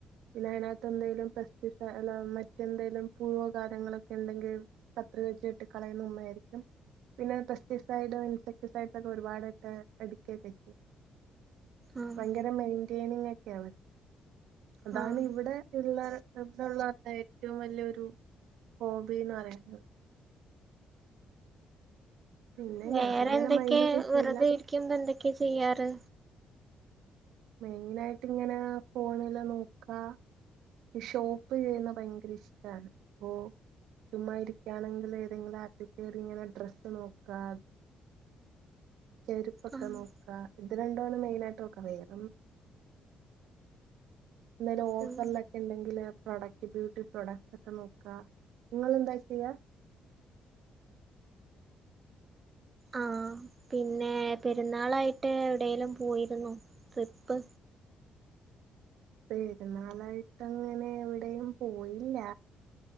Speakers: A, on the right; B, on the right.
A: പിന്നെ അതിനകത്ത് എന്തേലും- ലോ മറ്റെന്തേലും പുഴോ കാര്യങ്ങളൊക്കെ- ണ്ടെങ്കി കത്രിക വെച്ച്ട്ട് കളയുന്ന ഉമ്മായിരിക്കും പിന്നെ പെസ്റ്റിസൈഡും ഇൻസെക്ട്- ലൂസ് ആയിട്ട് ഒരുപാട് ഒക്കെ ഒരുപാട് എടയ്ക്കെക്കെ ചെയ്യും
B: ആഹ്
A: ഭയങ്കര മെയ്ന്റേനിങ്ങ്ക്കേയാണ് ഇവിടെ അതാണ്
B: ആഹ്
A: ഇവിടെ ഇള്ള <unintelligible> ഏറ്റവും വല്ലിയ ഒരു - ഹോബീന്ന് പറയാം പിന്നെ
B: വേറെ
A: ഞാനങ്ങനെ
B: എന്തെക്കെയാ
A: മൈൻഡൊന്നും ചെയ്യില്ല
B: വെറുതെ ഇരിക്കുമ്പോ എന്തൊക്കെയാ ചെയ്യാറ്
A: മെയിനായ്ട്ട് ഇങ്ങനെ ഫോണില് നോക്കാ ഈ ഷോപ്പ് ചെയ്യുന്ന ഭയങ്കര ഇഷ്ടാണ് അപ്പൊ- ചുമ്മാ ഇരിക്കാണെങ്കില് ഏതെങ്കിലും ആപ്പ് കേറി ഇങ്ങനെ ഡ്രസ്സ് നോക്കാ ചെരുപ്പൊക്കെ
B: ആഹ്
A: നോക്കാ ഇത് രരണ്ടും ആണ് മെയിനായ്ട്ട് നോക്കാ <unintelligible> എന്തേലും ഓഫറിലൊക്കെ
B: ഉം
A: ഇണ്ടെങ്കില് പ്രോഡക്റ്റ് ബ്യൂട്ടി പ്രോഡക്ട്സ് ഒക്കെ നോക്കാ ഇങ്ങളെന്താ ചെയ്യാ
B: ആഹ് പിന്നെ പെരുന്നാളായിട്ട് എവിടേലും പോയിര്ന്നോ ട്രിപ്പ്
A: പെരുന്നാളായിട്ട് അങ്ങനെ എവിടേയും പോയില്ല